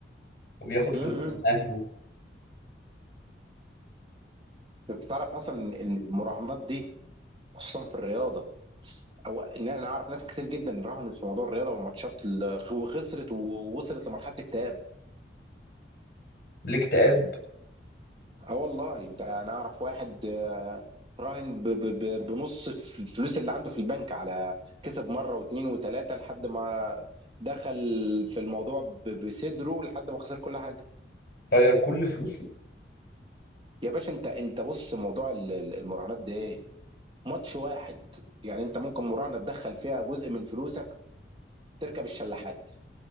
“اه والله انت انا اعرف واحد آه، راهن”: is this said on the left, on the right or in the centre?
Right